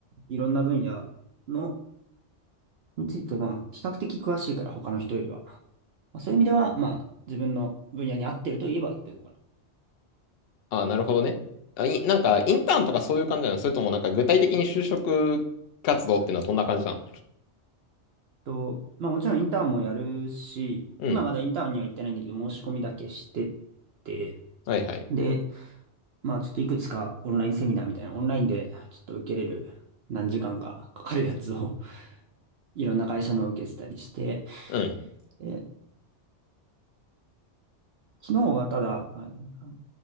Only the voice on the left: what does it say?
ああ、なるほどね。あ、い、なんか、インターンとかそういう感じなのそれともなんか具体的に就職活動っていうのはどんな感じなの
うん。
はいはい。
うん。